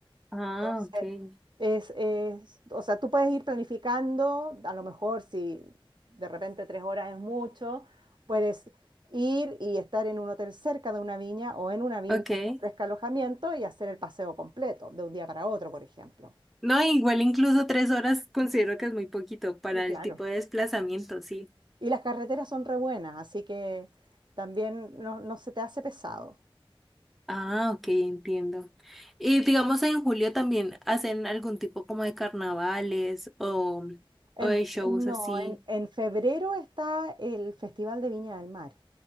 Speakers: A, in the centre; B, on the right.
A: Ah,
B: Entonces,
A: ok.
B: es, es- o sea, tú puedes ir planificando, a lo mejor si de repente tres horas es mucho, puedes ir y estar en un hotel cerca de una viña o en una viña
A: Ok.
B: que ofrezca alojamiento y hacer el paseo completo de un día para otro, por ejemplo.
A: No, igual incluso tres horas considero que es muy poquito para
B: Y claro.
A: el tipo de desplazamiento, sí.
B: Y las carreteras son re buenas, así que también no, no se te hace pesado.
A: Ah, ok, entiendo. Y digamos en julio también hacen algún tipo como de carnavales o,
B: En,
A: o de shows
B: no,
A: así.
B: en, en febrero está el Festival de Viña del Mar.